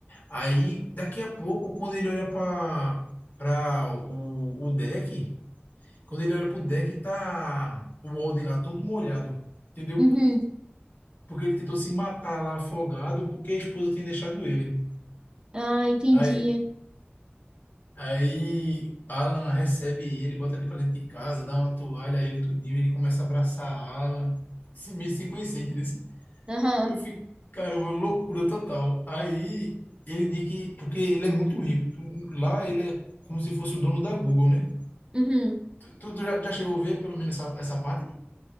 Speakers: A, on the left; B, on the right.
A: Aí, daqui a pouco, quando ele olha para para o, o deck, quando ele olha pro deck, tá o Walden lá todo molhado, entendeu?
B: uhum,
A: Porque ele tentou se matar lá afogado porque a esposa tinha deixado ele.
B: ah, entendi,
A: Aí, aí Alan recebe ele, bota ele pra dentro de casa, dá uma toalha a ele tudinho, ele começa a abraçar Alan, se- meio sem conhecer, entendeu? Assim,
B: aham,
A: Eu fico, caramba, loucura total. Aí ele diz que, porque ele é muito rico, Tu- lá ele é como se fosse o dono da Google, né?
B: uhum.
A: Tu, tu já, já chegou a ver pelo menos essa, essa parte?